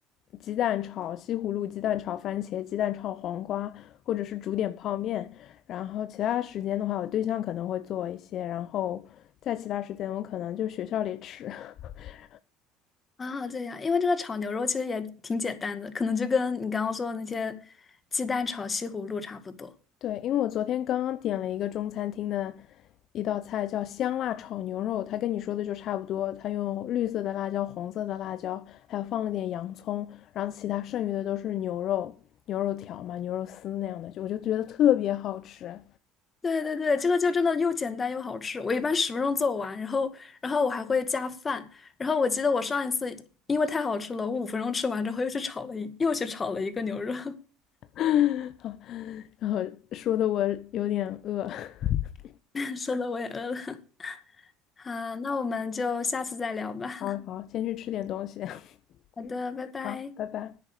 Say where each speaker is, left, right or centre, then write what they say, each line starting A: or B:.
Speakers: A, on the left (about 55°); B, on the left (about 30°).
A: 鸡蛋炒西葫芦、鸡蛋炒番茄、鸡蛋炒黄瓜，或者是煮点泡面。然后其他时间的话，我对象可能会做一些，然后在其他时间我可能就学校里吃。<laughs>
B: <laughs> 啊，这样。因为这个炒牛肉其实也挺简单的，可能就跟你刚刚说的那些鸡蛋炒西葫芦差不多。
A: 对，因为我昨天刚刚点了一个中餐厅的一道菜，叫香辣炒牛肉，它跟你说的就差不多。它用绿色的辣椒、红色的辣椒，还有放了点洋葱，然后其他剩余的都是牛肉、牛肉条嘛、牛肉丝那样的，就我就觉得特别好吃。
B: 对对对，这个就真的又简单又好吃。我一般十分钟做完，然后然后我还会加饭。然后我记得我上一次因为太好吃了，我五分钟吃完之后又去炒了一又去炒了一个牛肉。
A: <laughs> 啊，然后说的我有点饿。<laughs>
B: <laughs> 说的我也饿了。<laughs> 好，那我们就下次再聊吧。
A: 好好，
B: <laughs>
A: 先去吃点东西。<laughs>
B: 好的，拜拜。
A: 好，拜拜。